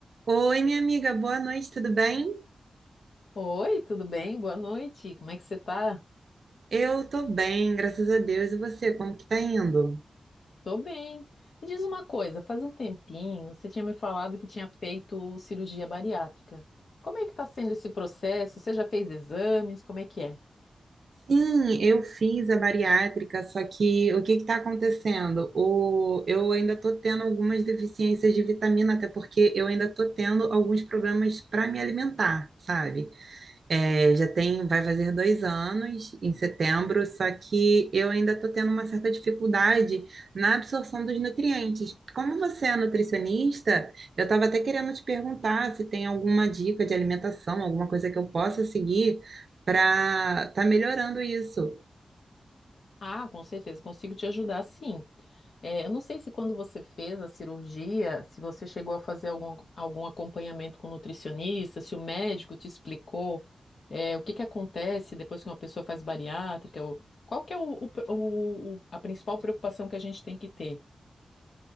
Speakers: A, on the right (about 55°); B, on the left (about 60°).
A: Oi, minha amiga, boa noite, tudo bem?
B: Oi, tudo bem? Boa noite. Como é que você tá?
A: Eu tô bem, graças a Deus. E você, como que tá indo?
B: Tô bem. Me diz uma coisa, faz um tempinho você tinha me falado que tinha feito cirurgia bariátrica. Como é que tá sendo esse processo? Você já fez exames? Como é que é?
A: Sim, eu fiz a bariátrica, só que o que que tá acontecendo? O, eu ainda tô tendo algumas deficiências de vitamina, até porque eu ainda tô tendo alguns problemas para me alimentar, sabe? É, já tem, vai fazer dois anos em setembro, só que eu ainda estou tendo uma certa dificuldade na absorção dos nutrientes. Como você é nutricionista, eu estava até querendo te perguntar se tem alguma dica de alimentação, alguma coisa que eu possa seguir para estar melhorando isso.
B: Ah, com certeza, consigo te ajudar, sim. É, eu não sei se quando você fez a cirurgia, se você chegou a fazer algum, algum acompanhamento com nutricionista, se o médico te explicou, é, o que que acontece depois que uma pessoa faz bariátrica, ou, qual que é o, o- o- o- a principal preocupação que a gente tem que ter?